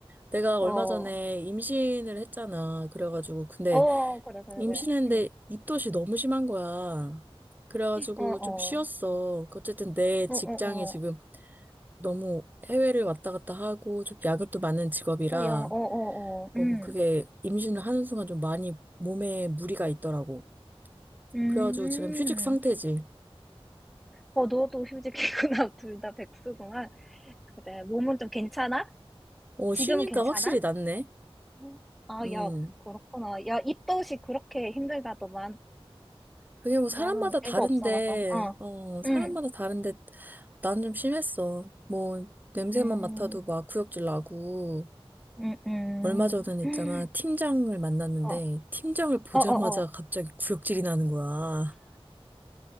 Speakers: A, on the right (about 15°); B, in the centre.
A: 내가
B: 어.
A: 얼마 전에 임신을 했잖아. 그래가지고 근데
B: 어, 그래, 그래,
A: 임신했는데
B: 그래. 응.
A: 입덧이 너무 심한 거야. 그래가지고
B: 어, 어,
A: 좀 쉬었어. 어쨌든 내 직장이
B: 어, 어,
A: 지금
B: 어,
A: 너무 해외를 왔다 갔다 하고 좀 야근도 많은 직업이라
B: 어, 야, 어, 어, 어,
A: 어,
B: 음,
A: 그게 임신을 하는 순간 좀 많이 몸에 무리가 있더라고.
B: 음,
A: 그래가지고 지금 휴직 상태지.
B: 어, 너도 휴직이구나. <laughs> 둘 다 백수구만. 그래, 몸은 좀 괜찮아?
A: 어,
B: 지금은
A: 쉬니까
B: 괜찮아?
A: 확실히 낫네.
B: 응. 아,
A: 음.
B: 야, 그렇구나. 야, 입덧이 그렇게 힘들다더만.
A: 그게 뭐 사람마다
B: 나는
A: 다른데,
B: 애가 없어가서, 어,
A: 어, 사람마다
B: 응,
A: 다른데 난 좀 심했어. 뭐, 냄새만
B: 음,
A: 맡아도 막 구역질 나고.
B: 음, 음,
A: 얼마 전에는
B: <gasps>
A: 있잖아, 팀장을 만났는데,
B: 어,
A: 팀장을 보자마자
B: 어, 어, 어.
A: 갑자기 구역질이 나는 거야.